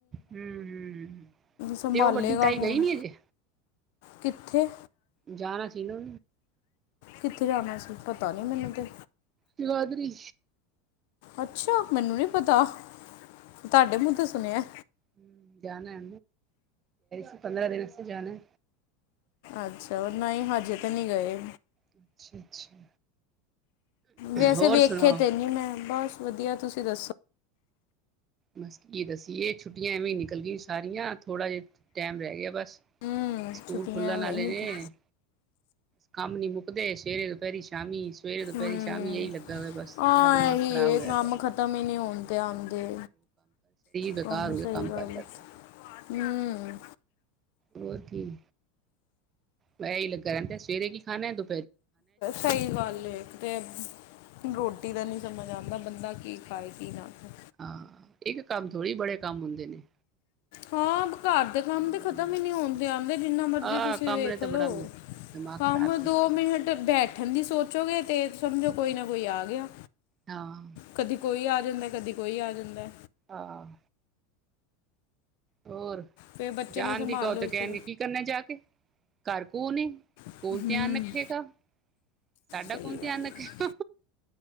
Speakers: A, on the right; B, on the left.
A: ਹੂੰ,
B: ਸੰਭਾਲੇਗਾ
A: ਤੇ ਉਹ ਵੱਡੀ ਤਾਈ
B: ਕੌਣ
A: ਗਈ ਨੀ ਹਜੇ,
B: ਕਿੱਥੇ,
A: ਜਾਣਾ ਸੀਨਾ,
B: ਕਿੱਥੇ ਜਾਣਾ ਸੀ ਪਤਾ ਨੀ ਮੈਨੂੰ ਤੇ,
A: ਜਗਾਦਰੀ,
B: ਅੱਛਾ ਮੈਨੂੰ ਨੀ ਪਤਾ ਤੁਹਾਡੇ ਮੁੰਹ ਤੇ ਸੁਣਿਆ।
A: ਹੂੰ, ਜਾਣਾ ਸੀ ਪੰਦਰਾਂ ਦਿਨ ਜਾਣਾ।
B: ਅੱਛਾ ਉਹ ਨਹੀਂ ਹਜੇ ਤੇ ਨਹੀਂ ਗਏ।
A: ਅੱਛਾ ਅੱਛਾ,
B: ਵੈਸੇ
A: ਹੋਰ
B: ਵੇਖੇ
A: ਸੁਣਾਓ
B: ਤੇ ਨੀ ਮੈਂ ਬਸ, ਵਧੀਆ ਤੁਸੀਂ ਦੱਸੋ।
A: ਬਸ ਕੀ ਦੱਸੀ ਇਹ ਛੁੱਟੀਆਂ ਐਵੇਂ ਹੀ ਨਿਕਲ ਗਈ ਸਾਰੀਆਂ ਥੋੜਾ ਜਿਹਾ ਟੈਮ ਰਹਿ ਗਿਆ ਬਸ।
B: ਹੂੰ
A: ਸਕੂਲ
B: ਛੁੱਟੀਆਂ
A: ਖੁਲਣ
B: ਐਵੇਂ
A: ਵਾਲੇ
B: ਨਹੀਂ
A: ਨੇ
B: ਕਿ-
A: ਕੰਮ ਨੀ ਮੁੱਕ, ਦੇ ਸਵੇਰੇ ਦੁਪਹਿਰੀ ਸ਼ਾਮੀ, ਸਵੇਰੇ ਦੁਪਹਿਰੀ
B: ਹੂੰ
A: ਸ਼ਾਮ ਇਹੀ ਲੱਗਾ ਹੋਇਆ ਬਸ
B: ਆ
A: ਬੜਾ ਦਿਮਾਗ਼
B: ਇਹੀ
A: ਖਰਾਬ
B: ਇਹ
A: ਹੋਇਆ
B: ਕੰਮ
A: ਪਿਆ।
B: ਖਤਮ ਹੀ ਨਹੀਂ ਹੋਣ ਤੇ ਆਦੇ
A: ਬੇਕਾਰ
B: ਕੰਮ
A: ਹੋ ਗਿਆ
B: ਸਹੀ ਗੱਲ
A: ਕਰ ਕਰਕੇ
B: ਹੂੰ,
A: ਹੋਰ ਕੀ ਮੈਂ ਹੀ ਲੱਗਾ ਰਹਿੰਦਾ ਸਵੇਰੇ ਕੀ ਖਾਣਾ ਦੁ
B: ਸਹੀ ਗੱਲ ਐ ਕਿਤੇ, ਰੋਟੀ
A: ਬਸ
B: ਦਾ ਨੀ ਸਮਝ ਆਦਾ ਬੰਦਾ, ਦਾ ਕੀ ਖਾਏ ਕੀ ਨਾ ਖਾਏ।
A: ਆਹ ਇੱਕ ਕੰਮ ਥੋੜ੍ਹੀ ਬੜੇ ਕੰਮ ਹੁੰਦੇ ਨੇ,
B: ਹਾਂ, ਘਰ ਦੇ ਕੰਮ ਤੇ
A: ਨੇ
B: ਖਤਮ
A: ਜੀਣਾ
B: ਹੀ ਨਹੀਂ ਹੋਣਦੇ ਆਂਦੇ ਜਿੰਨਾ ਮਰਜੀ
A: ਆਹ
B: ਤੁਸੀਂ
A: ਕੰਮ
B: ਦੇੇਖ
A: ਨੇ ਤਾਂ
B: ਲਓ
A: ਬੜਾ ਦਿਮਾਗ
B: ਕੰਮ
A: ਖ਼ਰਾਬ ਕੀਤਾ
B: ਦੋ ਮਿੰਟ ਬੈਠ ਠੰਡੀ ਸੋਚੋਗੇ ਤੇ ਸਮਝੋ ਕੋਈ ਨਾ ਕੋਈ ਆ ਗਿਆ।
A: ਹਾਂ
B: ਕਦੇ ਕੋਈ ਆ, ਜਾਂਦਾ ਕਦੀ ਕੋਈ ਆ ਜਾਂਦਾ।
A: ਆਹ, ਹੋਰ
B: ਫਿਰ ਬੱਚੇ
A: ਜਾਣ
B: ਨੂੰ ਸੰਭਾਲ
A: ਦੀ ਕਓ
B: ਲਓ
A: ਤੇ
B: ਉਸ
A: ਕਹਿਣਗੇ
B: ਤੋਂ
A: ਕੀ ਕਰਨਾ ਜਾ ਕੇ ਘਰ ਕਨ ਈ
B: ਹੂੰ,
A: ਕਨ ਧਿਆਨ ਰੱਖੇਗਾ ਸਾਡਾ
B: ਸਹੀ
A: ਕੌਣ ਧਿਆਨ
B: ਗੱਲ
A: ਰੱਖੇਗਾ।
B: ਹੈ